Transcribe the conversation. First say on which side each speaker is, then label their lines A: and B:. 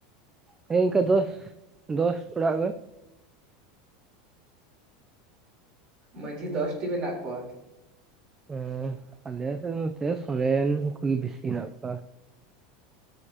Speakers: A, on the right; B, on the right.
A: ᱦᱮᱸ ᱤᱱᱠᱟᱹ ᱫᱚᱥ ᱫᱚᱥ ᱚᱲᱟᱜ ᱜᱮ
B: ᱢᱟᱺᱡᱷᱤ ᱫᱚᱥᱴᱤ ᱢᱮᱱᱟᱜ ᱠᱚᱣᱟ
A: ᱦᱮᱸ ᱟᱞᱮ ᱥᱮᱫ ᱱᱚᱛᱮ ᱥᱚᱨᱮᱱ ᱠᱚᱜᱮ ᱵᱮᱥᱤ ᱦᱮᱱᱟᱜ ᱠᱚᱣᱟ᱾